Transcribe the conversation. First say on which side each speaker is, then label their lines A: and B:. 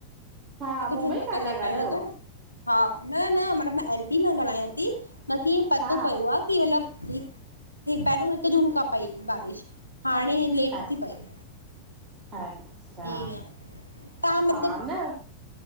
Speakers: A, on the right; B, on the right.
A: हा
B: हिकु
A: मुंबई
B: जूँ त
A: खां
B: पहले
A: था
B: पियो
A: ॻाल्हायो?
B: हूंदो हा न न मतिलब मां एम पी मां ॻाल्हायां थी। मुखे ई पतो
A: हा
B: पियो आहे की मतिलबु हिकु। पहिरियों हिकु जून खां पई बारिश हाणे लेट
A: अ
B: थी पए।
A: अच्छा
B: ईअं तव्हां मतिलबु
A: हा न